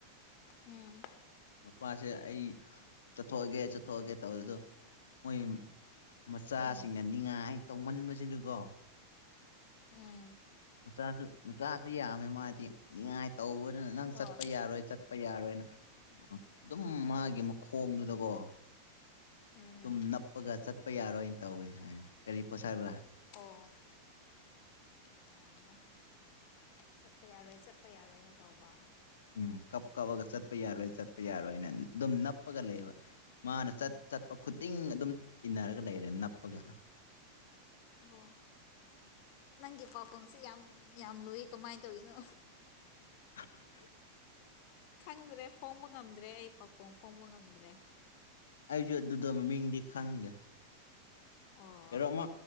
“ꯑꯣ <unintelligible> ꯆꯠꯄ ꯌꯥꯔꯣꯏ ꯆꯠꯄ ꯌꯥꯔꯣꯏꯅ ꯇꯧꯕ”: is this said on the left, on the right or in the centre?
Left